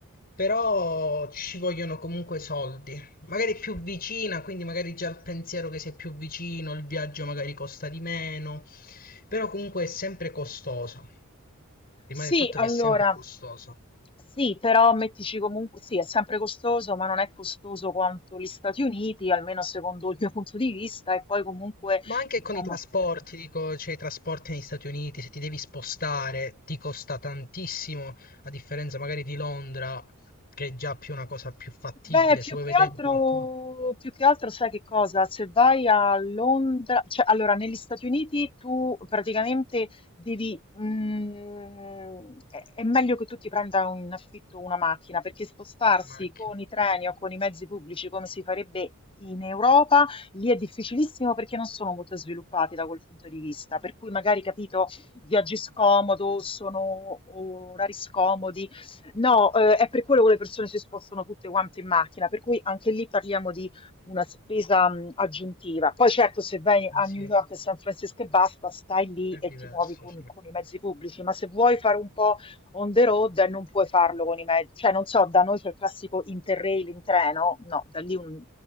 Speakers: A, on the left (about 45°); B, on the left (about 25°).
A: però ci vogliono comunque soldi. Magari più vicina, quindi magari già il pensiero che sei più vicino, il viaggio magari costa di meno, però comunque è sempre costosa. Rimane
B: Sì,
A: il fatto
B: allora
A: che è sempre costosa.
B: sì, però mettici comunque sì, è sempre costoso, ma non è costoso quanto gli Stati Uniti, almeno secondo il mio punto di vista, e poi comunque
A: Ma anche
B: diciamo
A: con i trasporti, dico, cioè i trasporti negli Stati Uniti, se ti devi spostare, ti costa tantissimo, a differenza magari di Londra, che è già più una cosa più fattibile,
B: Beh, più
A: se vuoi
B: che
A: vedere
B: altro,
A: qualcosa,
B: più che altro sai che cosa? Se vai a Londra, cioè allora negli Stati Uniti tu praticamente devi, mm, è è meglio che tu ti prenda in affitto una macchina perché spostarsi
A: una macchina.
B: con i treni o con i mezzi pubblici come si farebbe in Europa, lì è difficilissimo perché non sono molto sviluppati da quel punto di vista, per cui magari capito, viaggi scomodo, sono orari scomodi No, eh, è per quello che le persone si spostano tutte quante in macchina, per cui anche lì parliamo di una spesa mh, aggiuntiva. Poi certo, se vai a
A: Eh sì,
B: New
A: è
B: York e San Francisco e basta, stai lì e
A: diverso,
B: ti muovi con,
A: sì.
B: con i mezzi pubblici, ma se vuoi fare un po' on the road eh, non puoi farlo con i mezzi. Cioè, non so, da noi c'è il classico interrail in treno, no, da lì un-